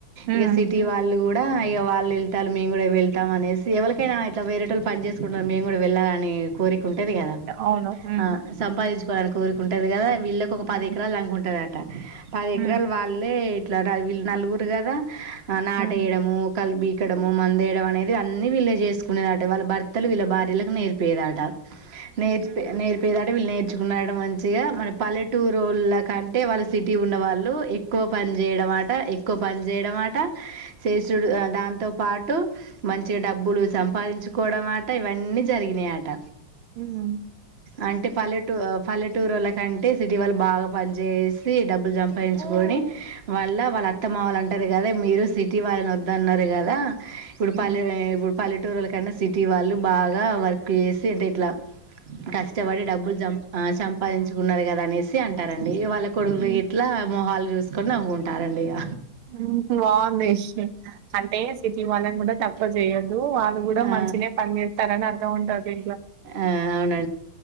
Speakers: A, on the right; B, on the right.
A: మ్
B: ఇగా సిటీ వాళ్ళు గుడ్. కూడా ఇగ వాళ్ళు వెళ్తాలు, మేము కూడా వెళ్తాం అనేసి, ఎవలకైనా ఇట్లా వేరే టోల్లు పని జేసుకుంటన్నారు మేమ్ గుడా వెళ్ళాలని, కోరిక ఉంటది కదా.
A: అవును ఉమ్
B: ఆ సంపాదించుకోవాలని కోరిక ఉంటది గదా ఏప్, వీళ్ళకి ఒక
A: ఉమ్
B: పది ఎకరాలు దంగ ఉంటదట. పది
A: ఉమ్
B: ఎకరాలు వాళ్ళే ఇట్లా, వీళ్ళు నలుగురు గదా. ఆ నాటేయడము,
A: ఉమ్
B: కలిబిక్ డము, మందేయడం అనేది అన్ని, వీళ్ళే జేసుకునేది అట. వాళ్ళ భర్తలు, వీళ్ళ బా భార్యలకు నేర్పోదాట. నేర్చి నేర్పేదాట వీళ్ళు నేర్చుకున్నరాట మంచిగా, మనప్ పల్లెటూరోళ్ళ కంటే, వాళ్ళ సిటీ ఉన్న వాళ్ళు, ఎక్కువ పని జేయడమాట, ఎక్కువ పని జేయడం అట, చేసుడు దాంతో పాటు మంచి డబ్బులు సంపాదించుకోవడంమట. ఇవన్నీ జరిగినై అట.
A: ఉహుమ్.
B: అంటే పల్లెటూ, పల్లెటూరోలాక్, కంటే సిటీ వాళ్ళు బాగా పని జేసి, డబ్బులు సంపాదించుకొని, వాళ్ళ వాళ్ళ అత్తమావలు అంట టారు గదా, మీరు సిటీ వాళ్ళని ఓద్దన్నారు గదా, ఇప్పుడు
A: ఉమ్.
B: పల్లెనే ఇపుడ్ పల్లెటూరోల్ల కన్నా, సిటీ వాళ్ళు బాగా వర్క్ జేసి అంటే ఇట్లా కష్టపడి డబ్బుల్ జం, ఆ సంపాదించ్ ఉన్నారు గదా అనేసి అంటారండి. ఇగ వాళ్ళ కొడుకులు
A: ఉమ్,
B: గిట్లా మొహాలు జుసుకొని నవ్వుకుంటారండి ఇగ.
A: ఉహు బాగుంది. ఇషి అంటే సిటీ వాళ్ళన్ గుడా తక్కువ చేయొద్దు, వాళ్ళు గుడా
B: ఆ
A: మన్ మంచిగానే పనీ జేత్తారని, అర్థం ఉంటది దింట్లా.
B: ఆ అవునాన్